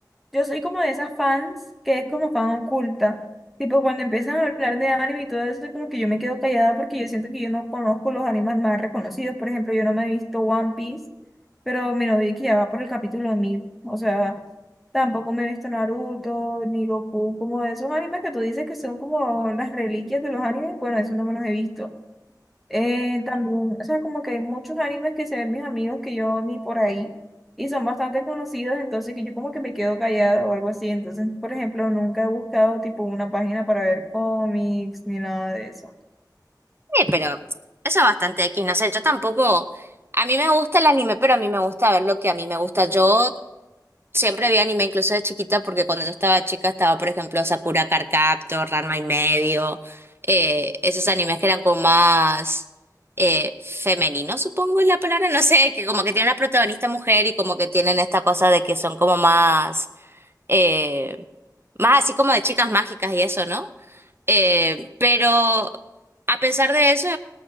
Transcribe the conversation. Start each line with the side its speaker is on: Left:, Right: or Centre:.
Centre: yo soy como de esas fans que es como fan oculta. Tipo, cuando empiezan a hablar de anime y todo eso, como que yo me quedo callada porque yo siento que yo no conozco los animes más reconocidos. Por ejemplo, yo no me he visto One Piece, pero mi novio que ya va por el capítulo 1000. O sea, tampoco me he visto Naruto, ni Goku, como de esos animes que tú dices que son como las reliquias de los animes. Bueno, eso no me los he visto. Eh, también, o sea, como que hay muchos animes que se ven mis amigos que yo ni por ahí y son bastante conocidos, entonces que yo como que me quedo callado o algo así. Entonces, por ejemplo, nunca he buscado tipo una página para ver cómics ni nada de eso.
Right: Sí, pero eso es bastante X, no sé, yo tampoco, a mí me gusta el anime, pero a mí me gusta ver lo que a mí me gusta. Yo siempre vi anime incluso de chiquita porque cuando yo estaba chica estaba, por ejemplo, Sakura Card Captor, Ranma y medio, eh, esos animes que eran como más eh, femeninos, supongo es la palabra, no sé, que como que tienen una protagonista mujer y como que tienen esta cosa de que son como más eh, más así como de chicas mágicas y eso, ¿no? Eh, pero a pesar de eso,